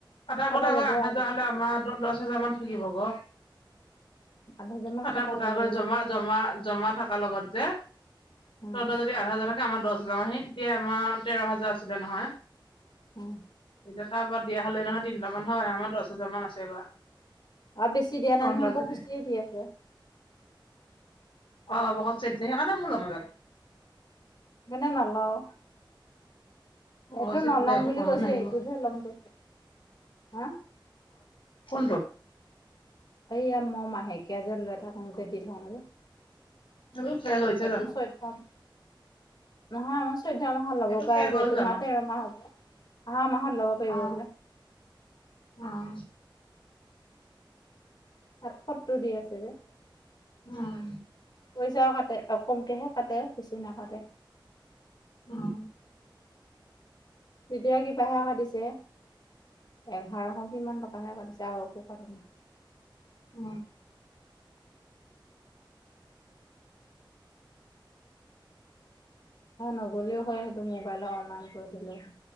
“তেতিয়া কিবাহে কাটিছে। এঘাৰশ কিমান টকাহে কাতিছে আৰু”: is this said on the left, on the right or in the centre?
Left